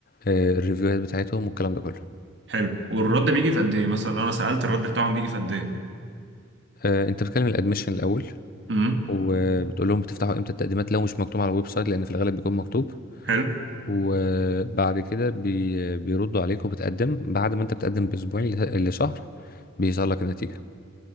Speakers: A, on the left (about 50°); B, on the right (about 65°).
A: آه، الريفيوهات بتاعتهم والكلام ده كله
B: حلو والرد بيجي في قد ايه مثلا لو انا سألت الرد بتاعهم بيجي في قد ايه
A: آه، انت بتكلم الادميشن الاول
B: امم
A: وبتقول لهم بتفتحوا امتى التقديمات لو مش مكتوب على الويب سايت لان في الغالب بيكون مكتوب
B: حلو
A: وبعد كده بي بيردوا عليك وبتقدم بعد ما انت بتقدم باسبوعين ل- لشهر بيظهر لك النتيجه